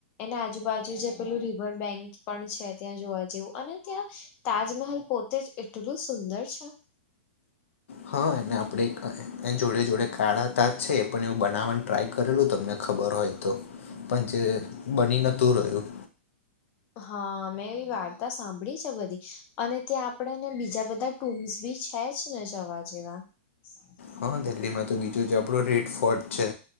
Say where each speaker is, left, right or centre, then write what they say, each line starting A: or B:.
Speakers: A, on the left; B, on the left.
A: એના આજુબાજુ જે પેલું રિવર બેંક પણ છે ત્યાં જોવા જેવું અને ત્યાં તાજમહલ પોતે જ એટલું સુંદર છે.
B: હા એને આપણે એ જોડે જોડે કાઢા હતા. છે એ પણ એવું બનાવવાનું ટ્રાય કરેલું તમને ખબર હોય તો, પણ જે બની ન દૂર રહ્યું.
A: હા મેં એવી વાર્તા સાંભળી છે બધી, અને ત્યાં આપણેેને બીજા બધા ટૂમ્સ બી છે જને જવા જેવા. હ <inaudible>
B: હા દિલ્હીમાં તો બીજું જ આપણું રેડ ફોર્ટ છે,